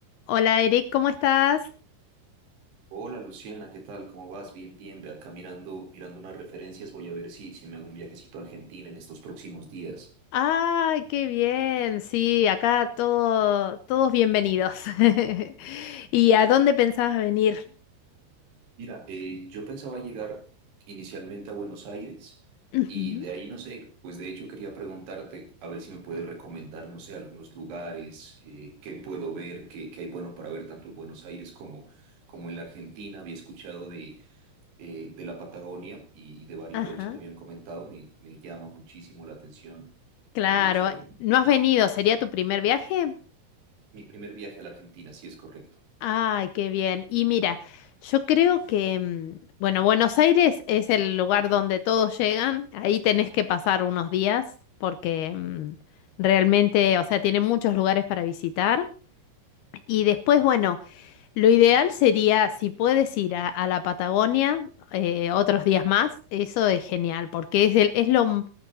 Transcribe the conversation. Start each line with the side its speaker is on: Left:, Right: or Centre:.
Left: Hola Eric, ¿cómo estás?
Right: Hola Luciana, ¿qué tal? ¿Cómo vas? Bien, bien. Ve acá mirando, mirando unas referencias. Voy a ver si, si me hago un viajecito a Argentina en estos próximos días.
Left: Ay, qué bien. Sí, acá todo, todos bienvenidos. <laughs> ¿Y a dónde pensabas venir?
Right: Mira, eh, yo pensaba llegar inicialmente a Buenos Aires
Left: Ujú,
Right: y de ahí no sé, pues de hecho quería preguntarte a ver si me puedes recomendar, no sé, algunos lugares, eh, qué puedo ver, qué, qué hay bueno para ver tanto en Buenos Aires como, como en la Argentina. Había escuchado de, eh, de la Patagonia y de Bariloche,
Left: Ajá,
Right: me habían comentado, me, me llama muchísimo la atención
Left: claro.
Right: eh, sobre
Left: ¿No has venido? ¿Sería tu primer viaje?
Right: Mi primer viaje a la Argentina, sí es correcto.
Left: Ay, qué bien. Y mira, yo creo que, mm, bueno, Buenos Aires es el lugar donde todos llegan. Ahí tenés que pasar unos días porque mm, realmente, o sea, tiene muchos lugares para visitar. Y después, bueno. Lo ideal sería, si puedes ir a, a la Patagonia eh, otros días más, eso es genial, porque es, el- es lo, m-